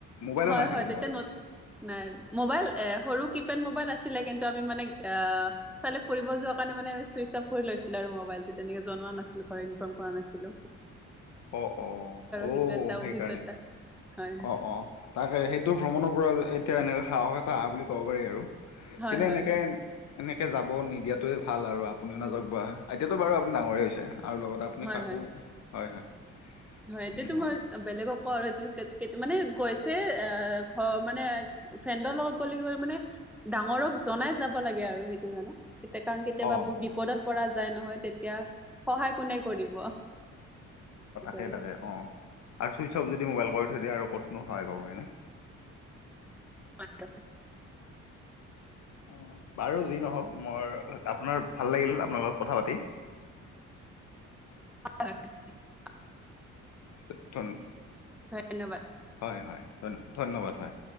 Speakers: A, on the left; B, in the centre.
A: মোবাইলোঁ
B: হয়
A: নাছিল
B: হয়
A: লগত?
B: তেতিয়া ন নাই মোবাইল এ' সৰু কিপেড মোবাইল আছিলে, কিন্তু আমি মানে এ' ইফালে ফুৰিব যোৱাৰ কাৰণে মানে চুইচ অফ কৰি লৈছিলো আৰু মোবাইল টো, তেনেকে জনোৱা নাছিলোঁ ইনফৰ্ম কৰা নাছিলোঁ।
A: অ', অ', অও,
B: সেইটো এটা
A: সেইকাৰণে
B: অভিজ্ঞতা হয়
A: অ', অ',। তাকে সেইটো ভ্ৰমণৰ পৰা এতিয়া এনে সাহস এটা আঁহা বুলি ক'ব পাৰি আৰু।
B: হয়
A: কিন্তু
B: হয়
A: এনেকে
B: হয়
A: এনেকে যাব নিদিয়াটোৱে ভাল আৰু আপুনিওঁ নাযাওঁক বা এতিয়াতো বাৰু আপুনি ডাঙৰেই হৈছে আৰু লগত
B: হয়
A: আপ! মানে কাকো
B: হয়
A: হয় -হয়।
B: হয় এইটোটোটো
A: উম
B: মই বেলেগক কওঁ আৰু এইটো মই বেলেগক কও মানে গৈছে এ ঘৰ মানে। ফ্ৰেণ্ডৰ লগত গ'লে মানে, ডাঙৰক জনাই যাব লাগে আৰু সেইটো জানো। তেতিয়া কাৰণ কেতিয়াবা
A: অ',
B: বহুত বিপদত পৰা যায় নহয়, তেতিয়া। সহায় কোনে কৰিব।
A: তাকেই
B: আৰু
A: তাকে, অঁ আৰু ছুইচ অফ যদি মোবাইল কৰি থৈ দিয়ে আৰু ক'তনো সহায় পাব হয়নে।
B: অ'
A: অ' বাৰু যি নহওক, মোৰ আপোনাৰ ভাল লাগিল আপোনাৰ লগত কথা পাতি।
B: হয়,
A: নতুন
B: ধন্যবাদ।
A: হয় হয় ধন ধন্যবাদ হয়।